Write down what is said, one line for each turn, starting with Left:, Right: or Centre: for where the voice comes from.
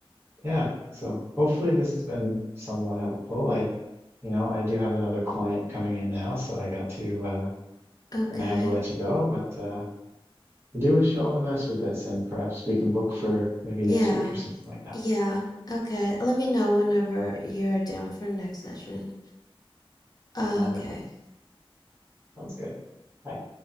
Right: Yeah. So hopefully this has been somewhat helpful. I, you know, I do have another client coming in now, so I got to uh
Left: Okay.
Right: gonna have to let you go, but uh I do wish you all the best with this and perhaps we can book for maybe next
Left: Yeah.
Right: week or something like that.
Left: Yeah. Okay. Let me know whenever you're down for next session. Okay.
Right: All right. Sounds good. Bye.